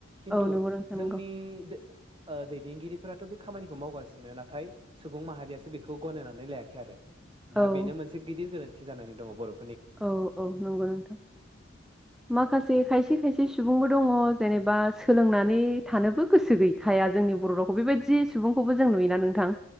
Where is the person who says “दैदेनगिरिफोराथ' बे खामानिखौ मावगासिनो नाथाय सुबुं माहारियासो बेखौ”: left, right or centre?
Right